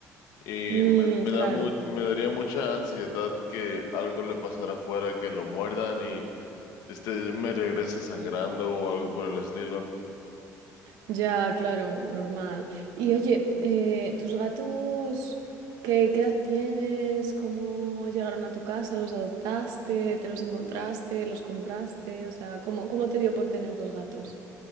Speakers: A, on the left; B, on the right.
A: Y
B: mm,
A: me, me da
B: claro.
A: mu- me daría mucha ansiedad que algo le pasara afuera, que lo muerdan y este me regrese sangrando o algo por el estilo.
B: Ya, claro, normal. Y oye, eh, ¿tus gatos qué, qué edad tienes? ¿Cómo llegaron a tu casa? ¿Los adoptaste? ¿Te los encontraste? ¿Los compraste? O sea, ¿cómo, cómo te dio por tener dos gatos?